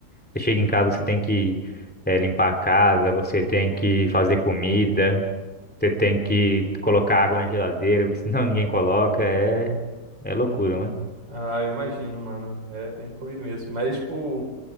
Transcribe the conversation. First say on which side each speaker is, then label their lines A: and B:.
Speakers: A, in the centre; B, on the right.
A: Você chega em casa, você tem que eh, limpar a casa, você tem que fazer comida, você tem que colocar água na geladeira, <laughs> porque senão ninguém coloca. É, é loucura, mano.
B: Ah, eu imagino, mano, é bem corrido mesmo. Mas, tipo,